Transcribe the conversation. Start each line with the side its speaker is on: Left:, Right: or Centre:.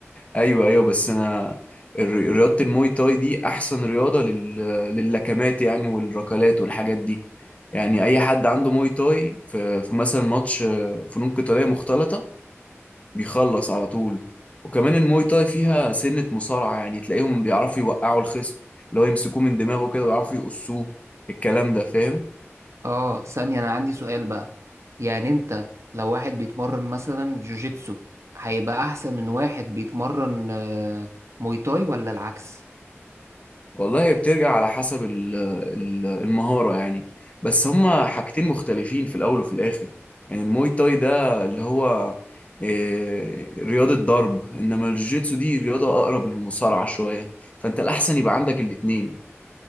Left: ايوه ايوه بس انا الر- رياضة الموي تاي دي احسن رياضة لل... لللكمات يعني والركلات والحاجات دي يعني اي حد عنده موي تاي في, في مثلا ماتش آه، فنون قتالية مختلطة بيخلص على طول وكمان الموي تاي فيها سنة مصارعة يعني تلاقيهم بيعرفوا يوقعوا الخصم اللي هو يمسكوه من دماغه كده ويعرفوا يقصوه الكلام ده فاهم
Right: اه ثانية انا عندي سؤال بقى يعني انت لو واحد بيتمرن مثلا جوجيتسو هيبقى احسن من واحد بيتمرن آه، موي تاي ولا العكس
Left: والله هي بترجع على حسب ال- ال- المهارة يعني بس هما حاجتين مختلفين في الأول وفي الآخر يعني الموي تاي ده اللي هو إيه، رياضة ضرب إنما الجوجيتسو دي رياضة أقرب للمصارعة شوية فأنت الأحسن يبقى عندك الاتنين